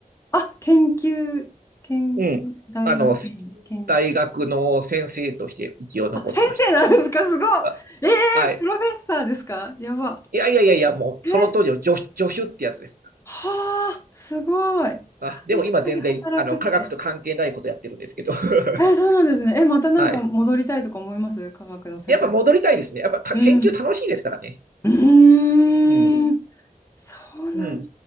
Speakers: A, on the left; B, on the right.
A: あ、研究、研究、
B: うん。
A: 大学院、
B: あの、
A: 研究。
B: 大学の先生として一応残ってました。
A: あ、先生なんですかすごい。えー、
B: あ、はい。
A: プロフェッサーですかやば。
B: いやいやいやいや、もう、
A: え、
B: その当時の助助手ってやつです。
A: はあ、すごい。
B: あ、
A: 大学で働くって。
B: でも今全然、あの、科学と関係ないことやってるんですけど。<laughs>
A: え、そうなんですね。え、またなんか戻りたいとか思います科学の世界。
B: はい。やっぱ戻りたいですね。やっぱた研究楽しいですからね。
A: うん。うーん。
B: うん。
A: そうなん
B: うん。